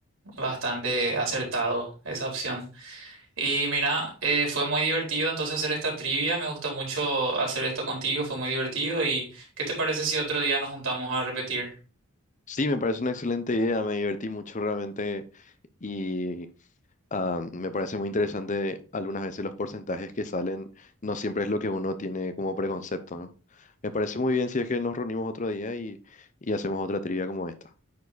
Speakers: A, on the right (about 65°); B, on the left (about 35°).
A: bastante acertado esa opción. Y mira, eh, fue muy divertido entonces hacer esta trivia, me gustó mucho hacer esto contigo, fue muy divertido y ¿qué te parece si otro día nos juntamos a repetir?
B: Sí, me parece una excelente idea. Me divertí mucho realmente y ah, me parece muy interesante algunas veces los porcentajes que salen. No siempre es lo que uno tiene como preconcepto, ¿no? Me parece muy bien si es que nos reunimos otro día y, y hacemos otra trivia como esta.